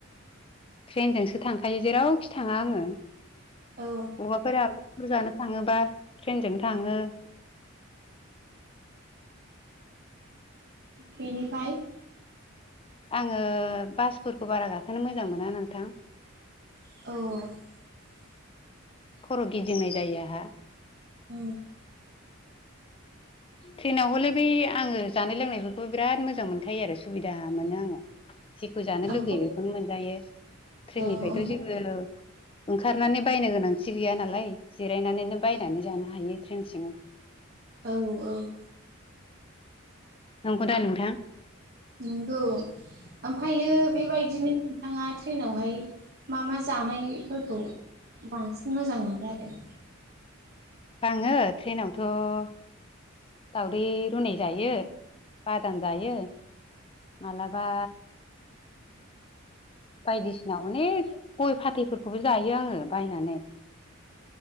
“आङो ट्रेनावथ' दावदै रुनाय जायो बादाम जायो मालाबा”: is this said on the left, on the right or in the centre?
Left